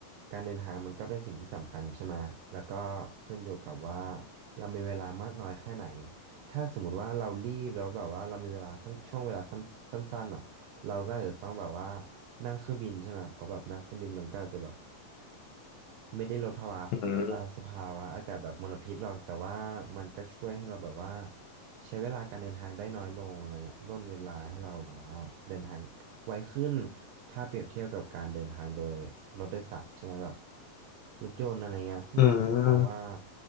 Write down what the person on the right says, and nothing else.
การเดินทางมันก็เป็นสิ่งที่สำคัญใช่ไหมแล้วก็ขึ้นอยู่กับว่าเรามีเวลามากน้อยแค่ไหนถ้าสมมติว่าเรารีบแล้วแบบว่าเรามีเวลาสั้นช่วงเวลาสั้นสั้นๆอ่ะเราก็อาจจะต้องแบบว่านั่งเครื่องบินใช่ไหมเพราะแบบนั่งเครื่องบินมันก็อาจจะแบบ ไม่ได้ลดภาวะอ่าสภาวะอากาศแบบมลพิษหรอกแต่ว่ามันก็ช่วยให้เราแบบว่า
ใช้เวลาการเดินทางได้น้อยลงอะไรเงี้ยร่นเวลาให้เราแบบว่าเดินทางไวขึ้นถ้าเปรียบเทียบกับการเดินทางโดยรถโดยสารใช่ไหมแบบรถยนต์อะไรเงี้ยซึ่งว่าเราก็มองว่า